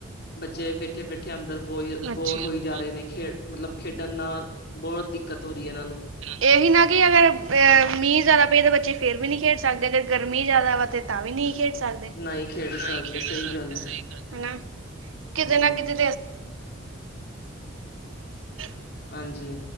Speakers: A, on the left; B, on the right.
A: ਬੱਚੇ ਬੈਠੇ-ਬੈਠੇ ਅੰਦਰ ਬੋ
B: ਅੱਛਾ
A: ਬੋਰ ਹੋਈ ਜਾ ਰਹੇ ਨੇ ਖੇਡ ਮਤਲਬ ਖੇਡਣ ਨਾਲ, ਬਹੁਤ ਦਿੱਕਤ ਹੋ ਰਹੀ ਐ ਏਨਾਂ ਨੂੰ।
B: ਏਹੀ ਨਾ ਕਿ ਫੇਰ ਮੀਂਹ ਜਿਆਦਾ ਪਏ ਤਾਂ ਬੱਚੇ ਫੇਰ ਵੀ ਨਹੀਂ ਖੇਡ ਸਕਦੇ ਅਗਰ ਗਰਮੀ ਜ਼ਾਆਦਾ ਵਾ ਤੇ ਤਾਂ ਵੀ ਨੀਂ ਖੇਡ ਸਕਦੇ। ਨਹੀਂ
A: ਨਾ ਹੀ ਖੇਡ ਸਕਦੇ
B: ਖੇਡ
A: ਸਹੀ
B: ਸਕਦੇ
A: ਗੱਲ ਹੈ।
B: ਸਈ ਗੱਲ ਆ, ਹਨਾ ਕਿਤੇ
A: ਹੂੰ,
B: ਨਾ ਕਿਤੇ <unintelligible>
A: ਹਾਂਜੀ,